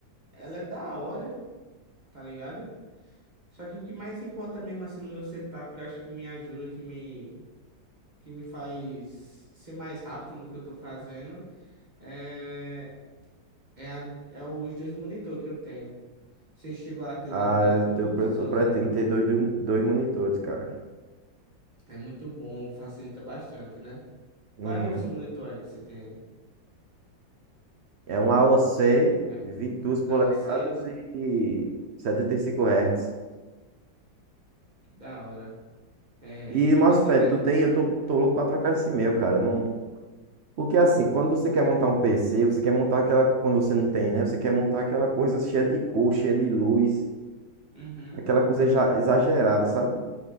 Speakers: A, on the right (about 25°); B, on the right (about 70°).
A: ela é da hora, tá ligado? Só que o que mais importa mesmo assim no meu setup, que eu acho que me ajuda, que me, que me faz ser mais rápido no que eu tô fazendo, é É, a- é os dois monitor que eu tenho. Você chegou a ter
B: Ah,
A: dois monitor,
B: eu, te- eu pre-
A: se só
B: eu pretendo
A: usa um,
B: ter dois, de- um, dois monitores, cara.
A: é muito bom, facilita bastante, né?
B: Uhum.
A: Qual é o seu monitor aí que você tem
B: É um AOC,
A: aí? É,
B: duas polegadas
A: da OC?
B: e 75 Hz.
A: Que da hora. É,
B: E mousepad,
A: mas você pre...
B: tu tem? Eu tô, tô louco pra trocar esse meu, cara. Não... Porque assim, quando você quer montar um PC, você quer montar aquela. Quando você não tem, né? Você quer montar aquela coisa cheia de cor, cheia de luz.
A: Uhum,
B: Aquela coisa exa- exagerada, sabe?